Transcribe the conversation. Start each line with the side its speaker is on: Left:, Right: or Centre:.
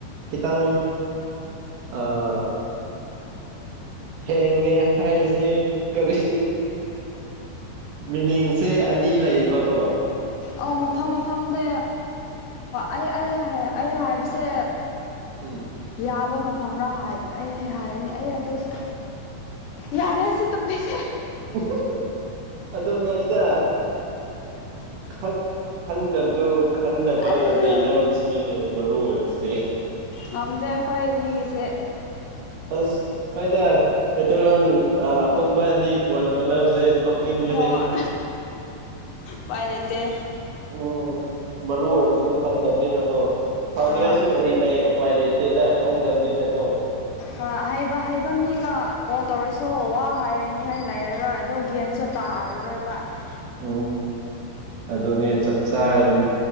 Right: ꯈꯤꯇꯪ ꯑꯥ ꯍꯦꯡꯉꯦ ꯍꯥꯏꯔꯤꯁꯤ ꯀꯔꯤ ꯃꯤꯅꯤꯡꯁꯦ ꯑꯅꯤ ꯂꯩꯌꯦꯕꯀꯣ
Left: ꯑꯧ ꯃꯐꯝ ꯃꯐꯝꯗ ꯑꯩ ꯑꯩ ꯑꯩ ꯍꯥꯏꯕꯁꯦ
Right: ꯎꯝ
Left: ꯌꯥꯕ ꯃꯐꯝꯔꯥ ꯍꯥꯏꯕ ꯑꯩ ꯍꯥꯏꯕꯅꯤ ꯑꯩ ꯑꯗꯨꯁꯨ ꯌꯥꯔꯦ ꯁꯤ ꯇꯄꯤꯛꯁꯤ
Right: <unintelligible> ꯑꯗꯨꯝ ꯌꯥꯏꯗ ꯈꯪ ꯈꯪꯗꯕꯗꯨ ꯈꯪꯗꯅꯕ
Left: ꯑꯦ
Right: ꯅꯩꯅꯕꯁꯤꯅꯤꯅꯦ ꯃꯔꯨ ꯑꯣꯏꯕꯁꯦ
Left: ꯉꯝꯗꯦ ꯑꯩꯈꯣꯏ ꯏꯅꯤꯒꯤꯁꯦ
Right: ꯑꯁ ꯅꯍꫭꯏꯗ ꯃꯩꯇꯩꯂꯣꯟ ꯑꯄꯪꯕ ꯑꯅꯤ ꯐꯣꯟ ꯇꯧꯅꯕꯁꯦ ꯅꯣꯛꯅꯤꯡꯕꯅꯦꯍꯦ
Left: ꯍꫭ ꯄꯥꯏ ꯂꯩꯇꯦ
Right: ꯎꯝ ꯃꯔꯨ ꯑꯣꯏꯕꯁꯨ ꯈꯪꯗꯕꯅꯤꯅꯀꯣ ꯐꯅꯤꯡꯉꯥꯏꯁꯨ
Left: ꯑ
Right: ꯀꯔꯤ ꯂꯩ ꯎ ꯄꯥꯏ ꯂꯩꯇꯦꯗ ꯁꯪꯗꯕꯅꯤꯅꯀꯣ
Left: ꯍꫭꯏ ꯍꯩꯕ ꯍꯩꯕ ꯃꯤꯒ ꯀꯣꯜ ꯇꯧꯔꯁꯨ ꯋꯥ ꯍꯥꯏꯅꯤꯡꯉꯥꯏ ꯂꯩꯔꯔꯣꯏ ꯑꯗꯣ ꯒꯦꯟꯁꯨ ꯇꯥꯔꯔꯣꯏꯕ <unintelligible>
Right: ꯎꯝ ꯑꯗꯨꯅꯦ ꯆꯞ ꯆꯥꯔꯕꯅꯤ